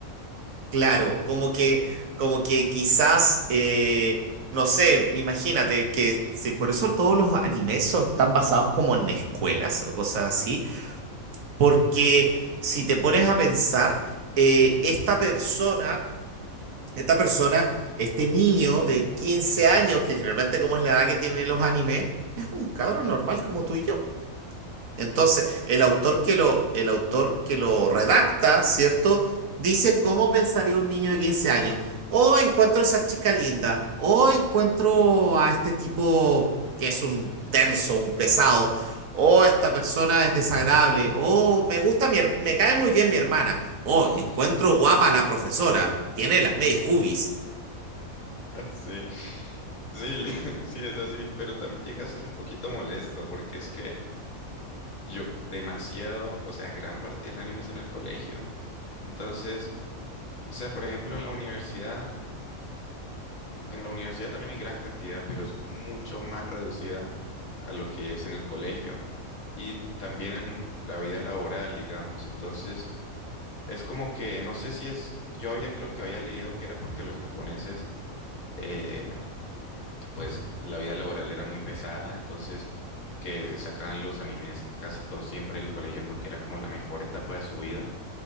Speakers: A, on the right; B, on the left.
A: Claro, como que, como que quizás, eh, no sé, imagínate que sí, por eso todos los animes son, están basados como en escuelas o cosas así, porque si te pones a pensar, eh, esta persona, esta persona, este niño de 15 años, que generalmente como es la edad que tienen los animes, es un cabro normal como tú y yo. Entonces, el autor que lo, el autor que lo redacta, ¿cierto? Dice cómo pensaría un niño de 15 años. O encuentro a esa chica linda. O encuentro a este tipo que es un denso, un pesado. O
B: Ah.
A: esta persona es desagradable. O me gusta mi, her- me cae muy bien mi hermana. O
B: <laughs>
A: encuentro guapa a la profesora. Tiene las medias boobies.
B: Sí. Sí, le- <laughs> sí, es así, pero también llega a ser un poquito molesto porque es que yo demasiado, o sea, gran parte del anime es en el colegio. Entonces, o sea, por ejemplo, en la universidad, en la universidad también hay gran cantidad, pero es mucho más reducida a lo que es en el colegio y también en la vida laboral, digamos. Entonces, es como que no sé si es, yo había creo que había leído que era porque los japoneses eh, pues la vida laboral era muy pesada, entonces que sacaban los animes casi todo siempre del colegio porque era como la mejor etapa de su vida,